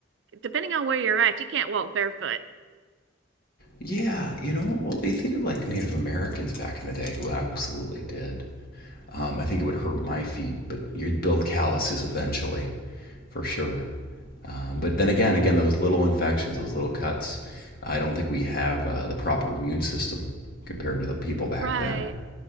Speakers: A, on the right; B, on the left.
A: depending on where you're at, you can't walk barefoot.
B: Yeah, you know, well, you think of like Native Americans back in the day who absolutely did. Um,
A: Mhm.
B: I think it would hurt my feet, but you'd build calluses eventually, for sure. Um, but then again, again, those little infections, those little cuts, I don't think we have uh, the proper immune system compared to the people back
A: Right.
B: then.